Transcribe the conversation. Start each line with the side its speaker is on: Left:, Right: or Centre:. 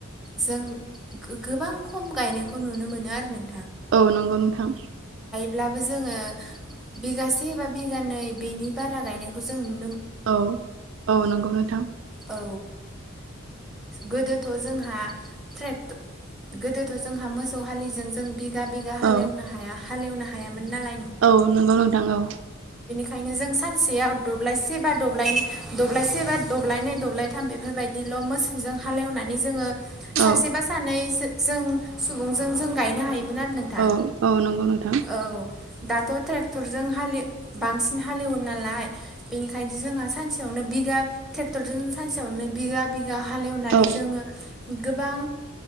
Centre: जों गोबां खम गायनायखौ नुनो मोनो आरो नों
Right: औ नंगौ नोंथां।
Centre: ब्लाबो जोङो बिघासे बा बिघानै बेनि बारा गायनायखौ जों नु
Right: औ औ नंगौ नोंथां।
Centre: औ गोदोथ' जोंहा ट्रेक्टर गोदोथ' जोंहा मोसौ हालिजों जों बिघा बिघा हालेवनो
Right: औ
Centre: हाया हालेवनो हायामोन नालाय
Right: औ नंगौ नोंथां औ
Centre: ओंखायनो जों सानसेयाव दाब्लायसे बा दब्लाय दब्लायसे बा दब्लायनै दब्लायथाम बेफोरबायदिल' मोसौ जों हालेवनानै जोङो
Right: औ
Centre: सासेबा सानै जों सुबुंजों जों गायनो हायोमोन आरो नोंथां
Right: औ औ नंगौ नोंथां
Centre: औ दाथ' ट्रेक्टरजों हालि बांसिन हालेवो नालाय बेनिखायनोथ' जोंहा सानसेयाव बिघा ट्रेक्टरजों सानसेयावनो बिघा बिघा हालएवनानै
Right: औ
Centre: जोङो गोबां